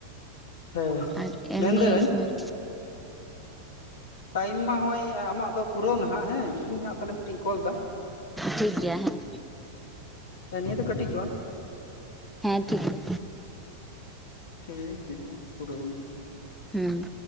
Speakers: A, on the left (about 60°); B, in the centre.
A: ᱦᱮᱸ
B: ᱟᱡ ᱮᱢᱱᱤ
A: ᱢᱮᱱᱫᱟᱹᱧ
B: ᱦᱩᱸ᱾
A: ᱴᱟᱭᱤᱢ ᱢᱟ ᱦᱚᱸᱜ-ᱚᱭ ᱟᱢᱟᱜ ᱫᱚ ᱯᱩᱨᱟᱹᱣ ᱱᱟ ᱦᱟᱸᱜ᱾ ᱦᱮᱸ ᱤᱧ ᱦᱟᱸᱜ ᱛᱟᱞᱦᱮ ᱢᱤᱫᱴᱤᱤᱧ ᱠᱚᱞᱫᱟ᱾
B: ᱴᱷᱤᱠ ᱜᱮᱭᱟ ᱦᱮᱸ
A: ᱦᱮᱸ ᱱᱤᱭᱟᱹ ᱫᱚ ᱠᱟᱹᱴᱤ ᱪᱚᱣᱟᱱ᱾
B: ᱦᱮᱸ ᱴᱷᱤᱠ ᱜᱮᱭᱟ᱾
A: ᱴᱷᱤᱠ ᱜᱮᱭᱟ ᱦᱚᱸᱜ-ᱚᱭ ᱯᱩᱨᱟᱹᱣ ᱮᱱᱟ᱾
B: ᱦᱩᱸ᱾